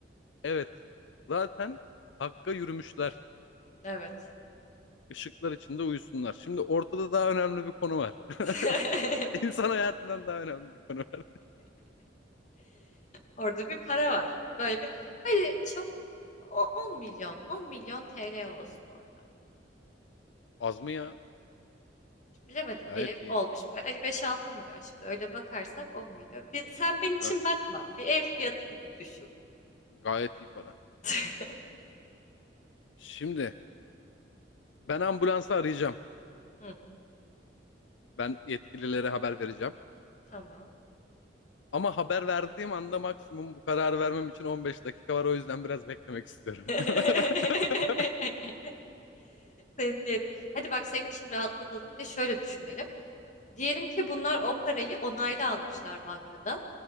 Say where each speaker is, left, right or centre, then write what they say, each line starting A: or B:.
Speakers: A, on the left; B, on the left.
A: Evet. Zaten hakka yürümüşler.
B: Evet.
A: Işıklar içinde uyusunlar. Şimdi ortada daha önemli bir konu var. <laughs>
B: <laughs>
A: İnsan hayatından daha önemli bir konu var.
B: Orada bir para var. Böyle bir hadi çok o- 10 milyon 10 milyon TL olsun orada.
A: Az mı ya?
B: Bilemedim
A: Gayet
B: bir ev
A: iyi.
B: olmuş. Hani 5-6 milyon şimdi öyle bakarsak 10 milyon. Bir, sen benim için
A: Ga-
B: bakma. Bir ev fiyatı gibi düşün.
A: gayet iyi para.
B: <laughs>
A: Şimdi ben ambulansı arayacağım.
B: Hı,
A: Ben yetkililere haber vereceğim.
B: tamam.
A: Ama haber verdiğim anda maksimum bu kararı vermem için 15 dakika var. O yüzden biraz beklemek istiyorum.
B: <laughs>
A: <laughs>
B: Senin niyet. Hadi bak senin için rahatlatalım. Bir de şöyle düşünelim. Diyelim ki bunlar o parayı onaylı almışlar bankadan.